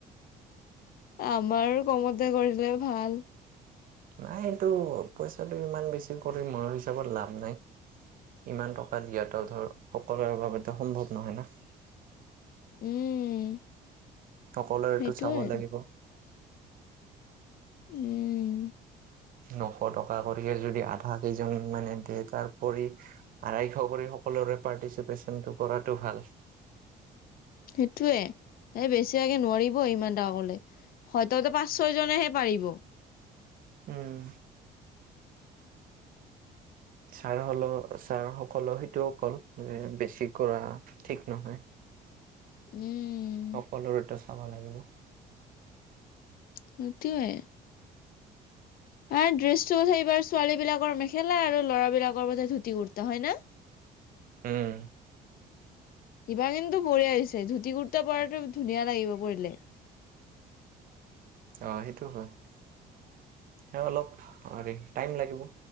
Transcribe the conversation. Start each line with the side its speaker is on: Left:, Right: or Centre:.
Left: আমাৰো কমতে কৰিলে ভাল
Right: নাই এইটো পইচাটো ইমান বেছি কৰি মোৰ হিচাপত লাভ নাই ইমান টকা দিয়াটো ধৰ সকলোৰে বাবেতো সম্ভৱ নহয় না <inaudible>
Left: উম
Right: সকলোৰে
Left: সেইটোয়ে
Right: এইটোত চাব লাগিব
Left: উম
Right: নশ টকা কৰিকে যদি আধা কেইজন মানে দিয়ে তাৰপৰি আঢ়াইশ কৰি সকলোৰে পাৰ্টিচিপেশচনটো কৰাটো ভাল <inaudible>
Left: সেইটোয়ে এই বেছিভাগে নোৱাৰিব ইমান টকা কলে হয়ততো পাঁচ ছয় জনেহে পাৰিব
Right: উম <inaudible> ছাৰা হ'লে ছাৰা সকলেও সেইটোও কয় যে বেছি কৰা ঠিক নহয়।
Left: উম
Right: সকলোৰ টো চাবা লাগিব।
Left: সেইটোৱে। তাৰ ড্ৰেছটো কথাই এইবাৰ ছোৱালী বিলাকৰ মেখেলা আৰু ল'ৰা বিলাকৰ বোলে ধুতি কুৰ্তা হয় না।
Right: হম।
Left: সিবাৰ কিন্তু বনিয়া হৈছে ধুতি কুুৰ্তা পৰাটো ধুনীয়া লাগিব পৰিলে।
Right: অঁ সেইটো হয়, আৰু অলপ হেৰি টাইম লাগিব